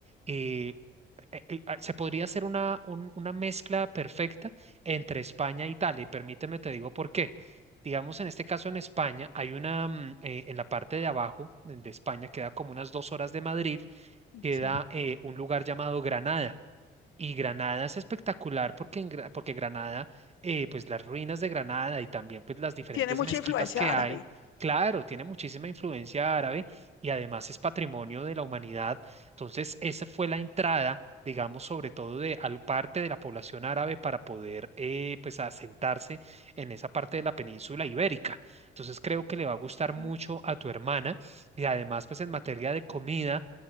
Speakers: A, on the right (about 30°); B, on the left (about 80°).
A: eh, eh, eh, ah, se podría hacer una, un- una mezcla perfecta entre España e Italia, y permíteme te digo por qué. Digamos, en este caso en España, hay una, mm, eh, en la parte de abajo de de España, queda como unas dos horas de Madrid, queda
B: Sí.
A: eh, un lugar llamado Granada. Y Granada es espectacular porque, en Gra- porque Granada, eh, pues las ruinas de Granada y también pues las diferentes
B: Tiene mucha
A: mezquitas
B: influencia
A: que
B: árabe.
A: hay, claro, tiene muchísima influencia árabe y además es patrimonio de la humanidad. Entonces, esa fue la entrada, digamos, sobre todo de al- parte de la población árabe para poder eh, pues asentarse en esa parte de la península ibérica. Entonces, creo que le va a gustar mucho
B: Mm,
A: a tu hermana y además pues en materia de comida.